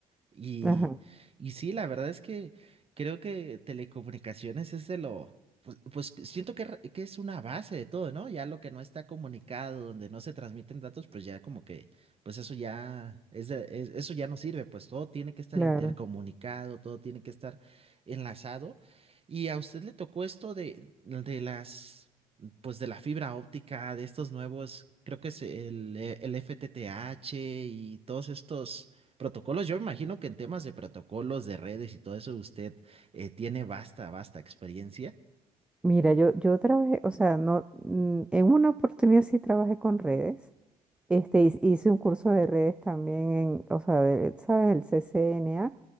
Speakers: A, on the right; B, in the centre.
A: Y,
B: ajá,
A: y sí, la verdad es que creo que telecomunicaciones es de lo, pues, pues que siento que, re- que es una base de todo, ¿no? Ya lo que no está comunicado, donde no se transmiten datos, pues ya como que, pues eso ya es de- es- eso ya no sirve, pues todo tiene que estar
B: claro.
A: intercomunicado, todo tiene que estar enlazado. Y a usted le tocó esto de, de las, pues de la fibra óptica, de estos nuevos, creo que es el, el FTTH y todos estos Protocolos, yo imagino que en temas de protocolos, de redes y todo eso, usted eh, tiene vasta, vasta experiencia.
B: Mira, yo, yo trabajé, o sea, no, mm, en una oportunidad sí trabajé con redes. Este, hice hice un curso de redes también en, o sea, de- ¿sabes? El CCNA.